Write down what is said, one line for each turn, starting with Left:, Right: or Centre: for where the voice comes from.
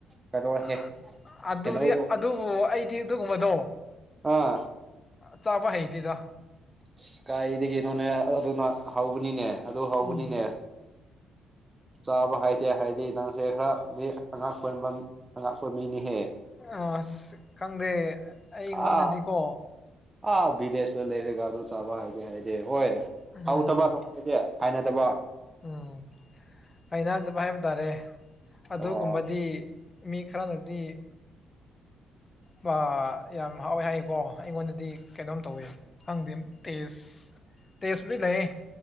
Right: ꯀꯩꯅꯣ ꯍꯦꯛ
Left: ꯑ ꯑꯗꯨꯗꯤ
Right: ꯍꯩꯅꯧꯗꯣ
Left: ꯑꯗꯨꯕꯨ ꯑꯩꯗꯤ ꯑꯗꯨꯒꯨꯝꯕꯗꯣ
Right: ꯑꯥ
Left: ꯆꯥꯕ ꯍꯩꯇꯦꯗ
Right: ꯏꯁ ꯀꯥꯏꯗꯒꯤꯅꯣꯅꯦ ꯑꯗꯨꯅ ꯍꯧꯕꯅꯤꯅꯦ ꯑꯗꯨ ꯍꯧꯕꯅꯤꯅꯦ
Left: ꯎꯝ
Right: ꯆꯥꯕ ꯍꯥꯏꯇꯦ ꯍꯥꯏꯗꯤ ꯅꯪꯁꯦ ꯈꯔ ꯃꯤ ꯑꯉꯛꯄ ꯑꯉꯛꯄ ꯃꯤꯅꯤꯍꯦ
Left: ꯑꯁ ꯈꯪꯗꯦ ꯑꯩꯉꯣꯟꯗꯗꯤꯀꯣ
Right: ꯑꯥ ꯑꯥ ꯕꯤꯗꯦꯁꯇ ꯂꯩꯔꯦꯒ ꯑꯗꯨ ꯆꯥꯕ ꯍꯥꯏꯗꯦ ꯍꯥꯏꯗꯦ ꯍꯣꯏ
Left: ꯎꯝ
Right: ꯍꯥꯎꯇꯕ ꯅꯉꯣꯟꯗꯗꯦ ꯍꯥꯏꯅꯗꯕ
Left: ꯎꯝ ꯍꯩꯅꯗꯕꯥ ꯍꯥꯏꯕ ꯇꯥꯔꯦ ꯑꯗꯨꯒꯨꯝꯕꯗꯤ
Right: ꯑꯣ
Left: ꯃꯤ ꯈꯔꯅꯗꯤ ꯄ ꯌꯥꯝ ꯍꯥꯎꯋꯦ ꯍꯥꯏꯌꯦꯀꯣ ꯑꯩꯉꯣꯟꯗꯗꯤ ꯀꯩꯅꯣꯝ ꯇꯧꯋꯦ ꯈꯪꯗꯦ ꯇꯦꯖ ꯇꯦꯁꯄꯨꯗꯤ ꯂꯩ